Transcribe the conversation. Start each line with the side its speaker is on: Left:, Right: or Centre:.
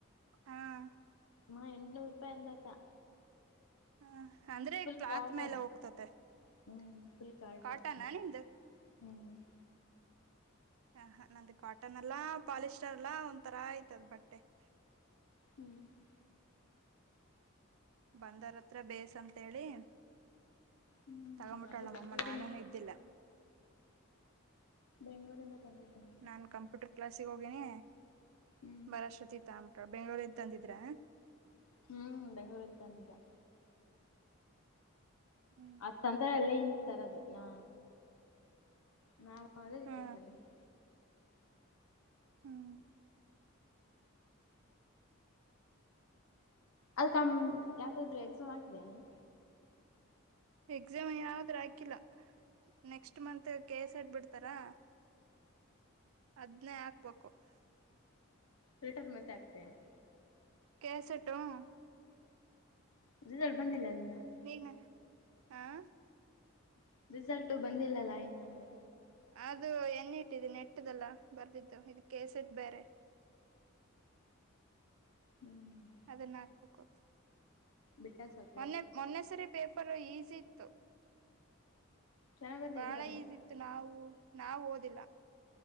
Right: ಹಾ. <unintelligible>
Left: ಮಾ ಎಂಟನೂರು ರೂಪಾಯಿ ಒಂದಕ್ಕ. <inaudible>
Right: ಹ ಅಂದ್ರೆ
Left: ಫುಲ್
Right: ಕ್ಲಾತ್
Left: ಫ್ಲ್ಯಾಟ್
Right: ಮೇಲೆ
Left: ಅನ್
Right: ಹೋಗ್ತತೆ
Left: ಹ್ಞ ಫುಲ್ ಫ್ಲ್ಯಾಟ್
Right: ಕಾಟನಾ
Left: ಅಂದ <inaudible>
Right: ನಿಂದು
Left: ಹ್ಞ. <unintelligible>
Right: ಹ ಹಾ ನಂದ ಕಾಟನ್ ಅಲ್ಲಾ ಪಾಲಿಸ್ಟರ್ ಅಲ್ಲಾ ಒಂತರಾ ಐತದ ಬಟ್ಟೆ. <inaudible>
Left: ಹ್ಮ್. <unintelligible>
Right: ಬಂದರ ಹತ್ರ ಬೇಸ್ ಅಂತ ಹೇಳಿ
Left: ಹ್ಮ್
Right: ತಗೊಬಿಟ್ಟಳ
Left: ಅದು
Right: ನಮ್ಮ
Left: ಬೆಂಗಳೂರಿನ್
Right: ಅಮ್ಮ ನಾನುನು ಇದ್ದಿಲ್ಲ. <inaudible>
Left: ಬೆಂಗಳೂರಿಂದ ತಂದಿದ್ದೆ ನಾನ್. <inaudible>
Right: ನಾನ್ ಕಂಪ್ಯೂಟರ್ ಕ್ಲಾಸಿಗೆ ಹೋಗೀನಿ
Left: ಹ್ಮ್
Right: ಬರು ಅಷ್ಟತಿಗೆ ತೊಗೊಂಬಿಟ್ಟರಾ ಬೆಂಗಳೂರಿಂದ ತಂದಿದ್ರ. <inaudible>
Left: ಹೂಂ ಬೆಂಗಳೂರಿಂದ ತಂದಿದ್ದ. <inaudible>
Right: ಹ್ಮ್. <unintelligible>
Left: ಆತ ತಂದರೆ ಅಲ್ಲೇ ಇಂದ ತರೋದು ನಾ ನಾವ ಅಲ್ಲೇ ಇದರ
Right: ಹಾ
Left: ತೊಗೊಂಡ. <inaudible>
Right: ಹ್ಮ್. <inaudible>
Left: ಅದಕ್ಕಮ ಯಾವದಾದ್ರು ಎಕ್ಸಾಮ್ ಹಾಕಿದಿಯಾ. <inaudible>
Right: ಎಕ್ಸಾಮ್ ಯಾವದರ ಹಾಕಿಲ್ಲ ನೆಕ್ಸ್ಟ್ ಮಂತ್ ಕೆ ಎಸ್ ಹಾಕ್ ಬಿಡ್ತಾರಾ. <inaudible> ಅದನೇ ಹಾಕಬೇಕು. <inaudible>
Left: ಸ್ಟೇಟಸ್ ಮತ್ತೆ ಆಗ್ತಾಯಾ. <inaudible>
Right: ಕೇಳಸಟ್ಟು. <unintelligible>
Left: ಇಂಜಿನಿಯರ್ ಬಂದಿಲ್ಲ ಅಲ್ಲ ಇನ್ನ. <inaudible>
Right: ನೀನ್ ಹಾ. <inaudible>
Left: <inaudible> ರಿಸಲ್ಟ ಬಂದಿಲ್ಲಲ್ಲಾ ಇನ್ನ ಅಂದೆ.
Right: ಅದು ಎನೇ ಇಟ್ಟಿದಿನೀ ನೆಟ್ ದಲ್ಲ ಬರ್ದಿದ್ದು ಇದು ಕೆಸೆಟ್ ಬೇರೆ. <inaudible>
Left: ಹ್ಮ್. <unintelligible>
Right: ಅದನ್ನ ಹಾಕಬೇಕು. <inaudible>
Left: ಬಿಟ್ಟಾರಾ ಸ್ವಲ್ಪ. <unintelligible>
Right: <inaudible> ಮೊನ್ನೆದ ಮೊನ್ನೆ ಸರಿ ಪೇಪರ್ ಈಸಿ ಇತ್ತು.
Left: ಚೆನ್ನಾಗ್ ಬರ್ದಿ
Right: ಬಾಳ
Left: ಹೆಂಗದ
Right: ಈಸಿ ಇತ್ತು ನಾವು ನಾವ್ ಓದಿಲ್ಲ. <inaudible>